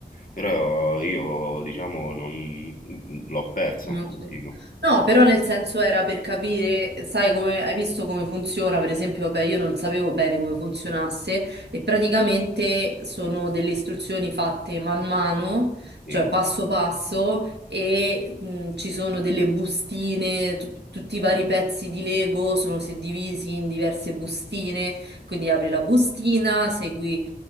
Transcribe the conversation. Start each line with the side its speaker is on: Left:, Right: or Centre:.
Left: Però io, diciamo, non- l'ho persa
Right: Non
Left: un pochino.
Right: ci- No, però nel senso era per capire, sai come hai visto come funziona, per esempio, vabbè, io non sapevo bene come funzionasse e praticamente sono delle istruzioni fatte man mano,
Left: Sì.
Right: cioè passo passo e mh, ci sono delle bustine, tu- tutti i vari pezzi di Lego sono suddivisi in diverse bustine, quindi apri la bustina, segui